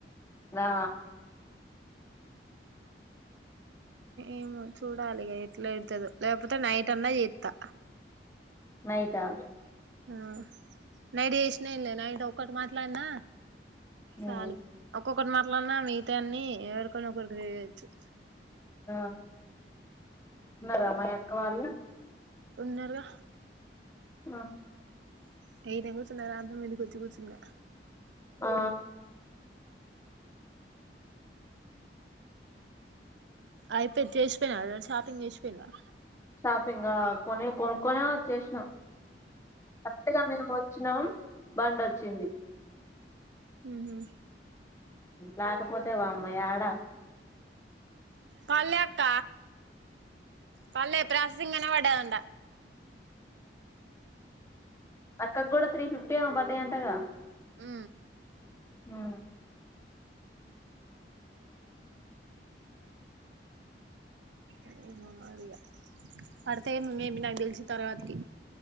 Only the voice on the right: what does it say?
ఏమో చూడాలిగ ఎట్లా ఎయిత దొ లేకపోతే నైట్ అన్నా చేస్తా
ఆ నైడి చేసినాలే నైట్ ఒక్కటి మాట్లాడిన చాలు
ఒక్కొక్కటి మాట్ అట్లన్న మిగితా అన్నీ ఎవరికన్నా ఒకరు ఇయచ్చు
ఉన్నార్గా
<inaudible> మీదికి వచ్చి కూర్చున్నా
అయితె చేసిపోయినా షాపింగ్ చేసిపోయినావ
ఉహు
కాల్లే అత్త పల్లె ప్రాససింగ్ పడంట
ఉ
ఆ అది పడితే మేబీ నాకు తెలిసి తర్వాతది